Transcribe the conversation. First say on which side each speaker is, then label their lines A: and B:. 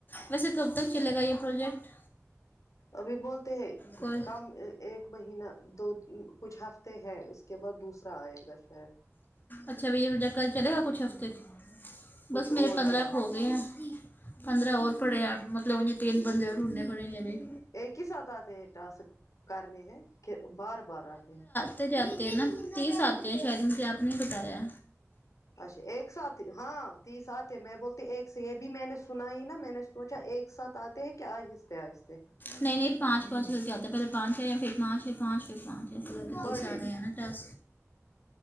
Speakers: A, on the left (about 35°); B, on the left (about 85°).
A: ویسے کب تک چلے گا یہ پروجیکٹ
B: ابھی بولتے ہیں
A: کوئی
B: کم ایک مہینہ دو کچھ ہفتے ہیں اس کے بعد دوسرا آئے گا شاید
A: اچھا بھیا جب تک چلے گا کچھ ہفتے
B: کچھ
A: بس میرے
B: اور
A: پندرہ
B: ہی آئے،
A: ہو گئے ہیں پندرہ اور پڑے
B: ہاں
A: ہیں مطلب مطلب مجھے تین بندے اور ڈھونڈنے پڑینگے ابھی
B: ایک ہی ساتھ آتے ہیں ٹاسک کرنے ہیں کہ بار بار آتے ہیں
A: <unintelligible> تو جاتے ہیں نا تیس آتے ہیں شاید مجھے آپ نے ہی بتایا
B: اچھا ایک ساتھ ہاں تیس اتتے ہیں میں بولتی ایک سے یہ بھی میں نے سنا ہی نا میں نے سوچا ایک ساتھ آتے ہیں کیا آہی اہستے اہستے
A: نہیں نہیں پانچ پانچ ہو کے آتے ہیں پہلے پانچ ہیں یا پھر پانچ پانچ پھر پانچ اسے ہو کے
B: پر
A: تیس
B: ڈے
A: ارے ہیں نا دس